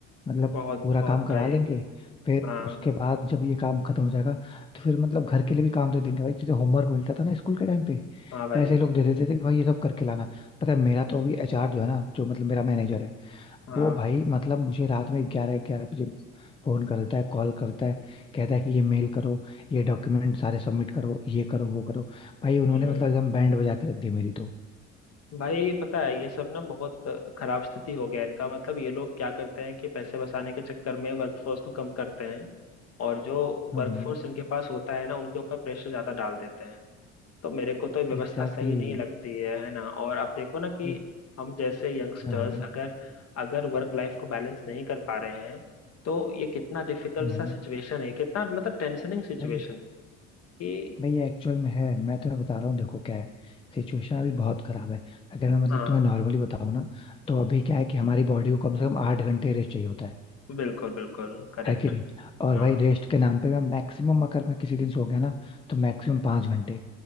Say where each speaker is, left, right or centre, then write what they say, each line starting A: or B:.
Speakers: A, on the left; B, on the left.
A: मतलब
B: बहुत
A: पूरा
B: बहुत
A: काम करवा
B: भाई
A: लेंगे फिर
B: हाँ
A: उसके बाद जब ये काम खत्म हो जाएगा तो फिर मतलब घर के लिए भी काम दे देंगे भाई जैसे होमवर्क मिलता था ना स्कूल के टाइम पे
B: हाँ भाई
A: वैसे ये लोग दे देते थे कि भाई ये सब करके लाना पता है मेरा तो अभी एचआर जो है ना जो मतलब मेरा मैनेजर है
B: हाँ
A: वो भाई मतलब मुझे रात में ग्यारह ग्यारह बजे फोन करता है कॉल करता है कहता है कि ये मेल करो ये डॉक्यूमेंट सारे सबमिट करो ये करो वो करो भाई उन्होंने
B: हम्म
A: मतलब एकदम बैंड बजा के रख दी मेरी तो
B: भाई पता है ये सब ना बहुत खराब स्थिति हो गया है इनका मतलब ये लोग क्या करते हैं कि पैसे बचाने के चक्कर में वर्कफोर्स को कम करते हैं और जो
A: हम्म
B: वर्कफोर्स इनके पास होता है ना उनके ऊपर प्रेशर ज्यादा डाल देते हैं तो मेरे को तो ये व्यवस्था
A: एग्जैक्टली
B: सही नहीं लगती है है ना और आप देखो ना कि
A: ये
B: हम जैसे यंगस्टर्स
A: हाँ हाँ, हम्म
B: अगर अगर वर्क लाइफ को बैलेंस नहीं कर पा रहे हैं तो ये कितना डिफिकल्ट
A: हम्म।
B: सा सिचुएशन है कितना मतलब टेंशनिंग सिचुएशन
A: भाई
B: है कि
A: भाई ये एक्चुअल में है मैं तुम्हें बता रहा हूँ देखो क्या है सिचुएशन अभी बहुत खराब है अगर मैं मतलब
B: हाँ
A: तुम्हें नॉर्मली बताऊँ ना तो अभी क्या है कि हमारी बॉडी को कम से कम आठ घंटे रेस्ट चाहिए होता है
B: बिल्कुल बिल्कुल करेक्ट
A: है कि नहीं और
B: हाँ
A: भाई रेस्ट के नाम पे मैं मैक्सिमम अगर मैं किसी दिन सो गया ना तो मैक्सिमम पांच घंटे